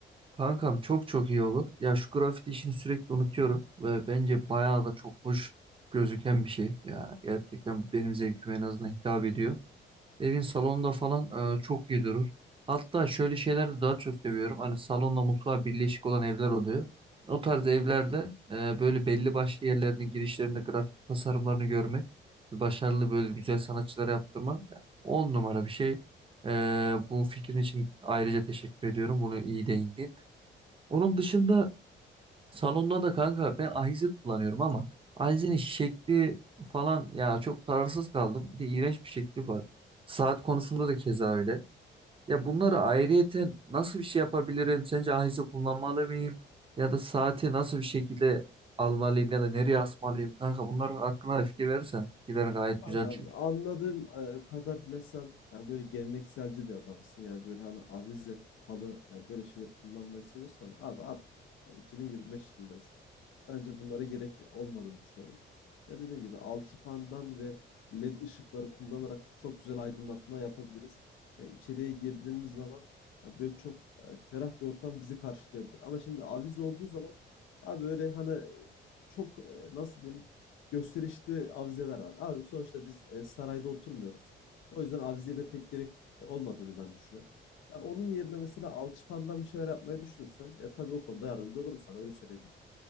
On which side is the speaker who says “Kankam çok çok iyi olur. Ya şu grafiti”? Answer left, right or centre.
Right